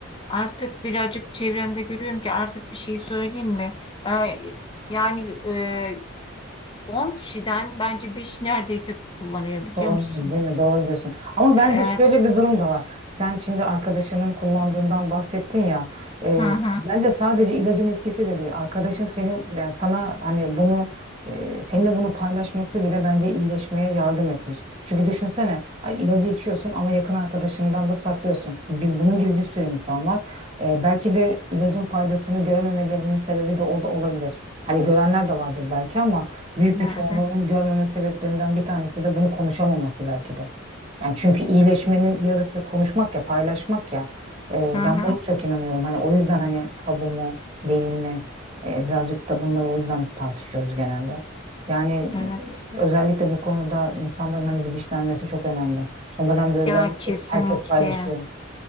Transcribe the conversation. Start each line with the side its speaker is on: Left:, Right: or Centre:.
Left: Artık birazcık çevremde görüyorum ki artık bir şey söyleyeyim mi? Ee, Yani e, 10 kişiden bence 5 neredeyse kullanıyor biliyor
Right: Kullanıyoruz,
Left: musun?
Right: değil değil mi? Doğru diyorsun. Ama bence
Left: Evet.
Right: şöyle bir durum da var. Sen şimdi arkadaşının kullandığından bahsettin ya. e,
Left: Hı hı.
Right: bence sadece ilacın etkisi de değil. Arkadaşın seni yani sana hani bunu e, seninle bunu paylaşması bile bence iyileşmeye yardım etmiş. Çünkü düşünsene ay, ilacı içiyorsun ama yakın arkadaşından da saklıyorsun. Bir- bunun gibi bir sürü insan var. E, belki de ilacın faydasını görememelerinin sebebi de o da olabilir. Hani görenler de vardır belki ama büyük
Left: Hı
Right: bir çoğunluğunun
Left: hı.
Right: görmeme sebeplerinden bir tanesi de bunu konuşamaması belki de. Yani çünkü iyileşmenin yarısı konuşmak ya, paylaşmak ya. Ee,
Left: Hı
Right: ben
Left: hı.
Right: buna çok inanıyorum. Hani o yüzden hani tabu mu, değil mi? Ee, birazcık da bunları o yüzden tartışıyoruz genelde. Yani
Left: Evet.
Right: e, özellikle bu konuda insanların hani bilinçlenmesi çok önemli. Son dönemde özellikle
Left: Ya kesinlikle.
Right: herkes paylaşıyor.